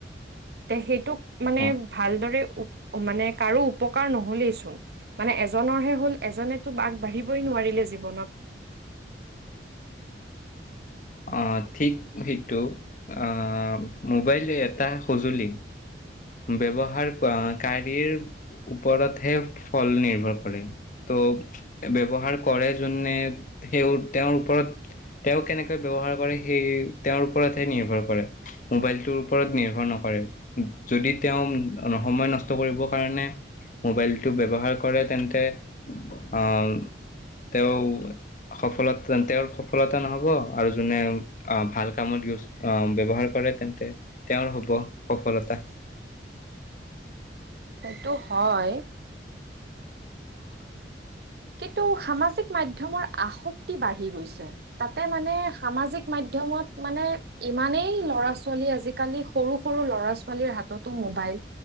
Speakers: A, on the right (about 60°); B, on the left (about 45°).
A: ত' সেইটোক মানে
B: অ
A: ভালদৰে মানে কাৰো উপকাৰ নহ'লেইচোন মানে এজনৰ হে হ'ল এজনেটো ব বাঢ়িবই নোৱাৰিলে জীৱনত।
B: আহ ঠিক সেইটো আহ মোবাইল এটা সঁজুলি ব্যৱহাৰ কাৰীৰ ওপৰতহে ফল নিৰ্ভৰ কৰে ত' ব্যৱহাৰ কৰে যোনে সেই তেওঁৰ ওপৰত তেওঁ কেনেকে ব্যৱহাৰ কৰে সেই তেওঁৰ ওপৰতহে নিৰ্ভৰ কৰে মোবাইলটোৰ ওপৰত নিৰ্ভৰ নকৰে যদি তেওঁ সময় নষ্ট কৰিবৰ কাৰণে মোবাইলটো ব্যৱহাৰ কৰে তেন্তে আহ তেওঁ সফলতা তেওঁৰ সফলতা নহ'ব। আৰু যোনে ভাল কামত ইউজ ব্যৱহাৰ কৰে তেন্তে তেওঁৰ হ'ব সফলতা।
A: এইটো হয়। কিন্তু সামাজিক মাধ্যমৰ আসক্তি বাঢ়ি গৈছে। তাতে মানে সামাজিক মাধ্যমত মানে ইমানেই ল'ৰা ছোৱালী আজিকালি সৰু সৰু ল'ৰা-ছোৱালীৰ হাততো মোবাইল